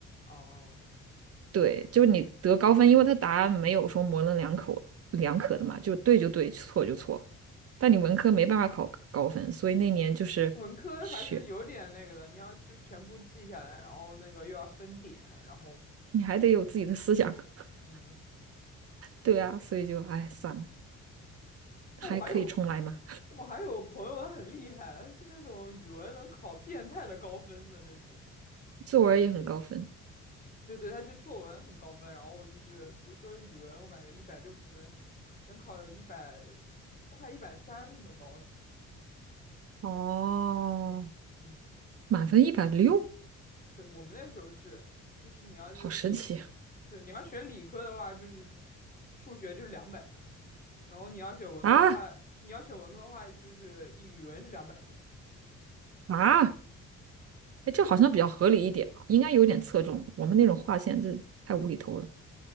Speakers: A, on the left; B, on the right.
A: 哦、
B: 对，就是你得高分，因为它答案没有说模棱两可两可的嘛，就是对就对，错就错。但你文科没办法考高分，所以那年就是学，
A: 文科还是有点那个的，你要就全部记下来，然后那个又要分点，然后
B: 你还得有自己的思想。<laughs>
A: 嗯。
B: 对啊，所以就哎算了，
A: 哦，
B: 还可以重来嘛。
A: 我还有我还有朋友，他很厉害，他是那种语文能考变态的高分的那种。
B: 作文也很高分，
A: 对对，他就作文很高分，然后就是比如说语文，我感觉一百六十分，能考一百快一百三那么高。
B: 哦，
A: 嗯，
B: 满分一百六，
A: 对，我们那个时候是，就是你要是选，
B: 好神奇啊
A: 对，你要选理科的话，就是数学就是两百分，然后你要选文科的话，
B: 啊！
A: 你要选文科的话，就是一语文是两百分。
B: 啊哎，这好像比较合理一点啊，应该有点侧重。我们那种划线，这太无厘头了。